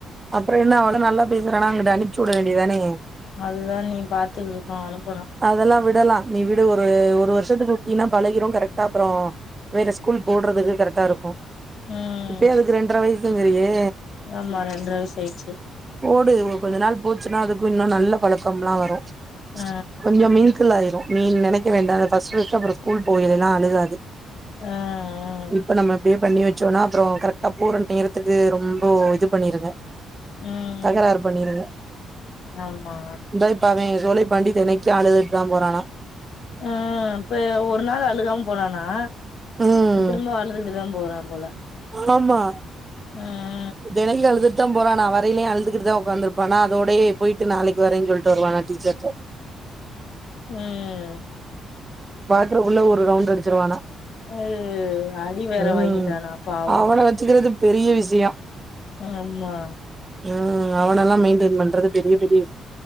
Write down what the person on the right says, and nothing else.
அப்புற என்ன அவள நல்லா பேசுறோனா அங்குட்டு அனுப்ச்சி வுட வேண்டியதானே
அதெல்லா விடலா நீ விடு ஒரு ஒரு வருஷத்துக்கு இங்கின்னா பழகிரு கரெக்டா அப்றோ வேற ஸ்கூல் போடுறதுக்கு கரெக்டா இருக்கு
இப்பயே அதுக்கு இரண்டற வயசுங்றியே
போடு கொஞ்ச நாள் போச்சுன்னா அதுக்கு இன்னு நல்ல பழக்கம்லா வரு
கொஞ்சோ மிங்குல் ஆயிரு நீ நெனக்க வேண்டா ஃபஸ்ட் ஃபஸ்ட் அப்றோ ஸ்கூ போயலெல்லா அழுகாது
இப்ப நம்ம பே பண்ணி வச் சோன்னா அப்றோ கரெக்டா போற நேரத்துக்கு ரொம்போ இது பண்ணிருங்க
தகராறு பண்ணிருங்க
தேத் இப்ப அவ சோலை பாண்டி தினைக்கு அழுதுட் தா போறானா
ம்
ஆமா
தெனைக்கு அழுதுகுட்தா போறானா வரையிலயு அழுதுகுட்டு தா ஒக்காந்து இருப்பானா அதோடயே போய்ட்டு நாளைக்கு வரே சொல்ட்டு வருவானா டிஜேக்கோ
அப்றோ உள்ள ஒரு ரவுண்டு அடிச்சிருவானா
ம்
அவன வச்சுக்கிறது பெரிய விஷயோ
அ அவனல்லா மெயின்டெய்ன் பண்றது பெரிய பெரிய விஷ்